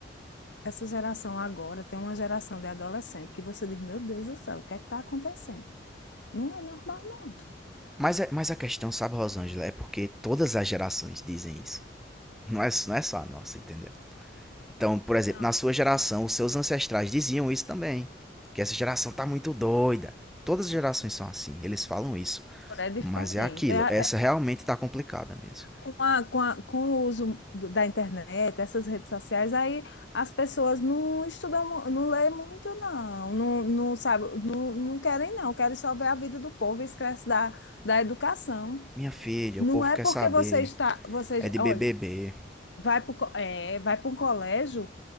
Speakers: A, on the left (about 75°); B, in the centre.
A: Essa geração agora tem uma geração de adolescente que você diz, meu Deus do céu, o que é que está acontecendo? Não é normal, não.
B: Mas, é, mas a questão, sabe, Rosângela, é porque todas as gerações dizem isso. Não é, não é só a nossa, entendeu? Então, por exemplo,
A: Não,
B: na sua
A: mas
B: geração,
A: agora
B: os seus ancestrais diziam isso também. Que essa geração tá muito doida. Todas as gerações são assim, eles falam isso.
A: é diferente.
B: Mas é aquilo,
A: É, é-
B: essa realmente tá complicada mesmo.
A: com a, com a, com o uso do- da internet, essas redes sociais, aí as pessoas não estudam, mu- não lê muito, não, não, não sabe, não, não querem, não, querem só ver a vida do povo e esquece da, da educação.
B: Minha filha,
A: Não
B: o povo
A: é
B: quer
A: porque
B: saber.
A: você está, você,
B: É de BBB.
A: olhe vai para é, vai para um colégio